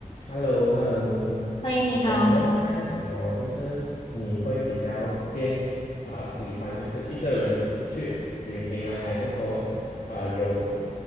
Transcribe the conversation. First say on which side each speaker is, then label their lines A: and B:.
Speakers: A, on the left; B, on the left.
A: h e l l o h e l l o
B: 嗨，你好，
A: 我想问看你哦，就是你会比较坚啊、喜欢就是一个人去旅行呢，还是说呃有